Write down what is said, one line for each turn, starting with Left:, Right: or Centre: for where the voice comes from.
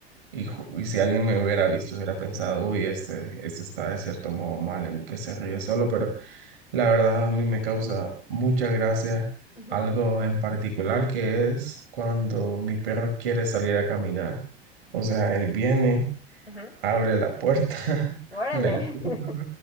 Right: y, ju- y si alguien me hubiera visto hubiera pensado, uy, este, este está de cierto modo mal en que se ríe solo, pero la verdad a mí me causa mucha gracia
Left: Ujú,
Right: algo en particular que es cuando mi perro quiere salir a caminar. O sea, él viene
Left: Ajá.
Right: abre la puerta, <laughs>
Left: Órale.
Right: la empuja,
Left: <laughs>